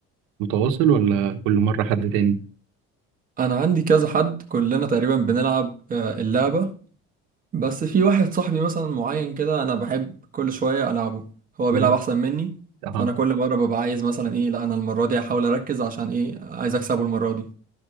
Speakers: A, on the right; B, on the right.
A: متواصل ولا كل مره حد تاني
B: انا عندي كذا حد كلنا تقريبا بنلعب آه، اللعبة بس في واحد صاحبي مثلا معين كده انا بحب كل شويه العبه هو
A: مم.
B: بيلعب احسن مني
A: اها
B: فانا كل مره ببقى عايز مثلا ايه لا انا المره دي هحاول اركز عشان ايه عايز اكسبه المره دي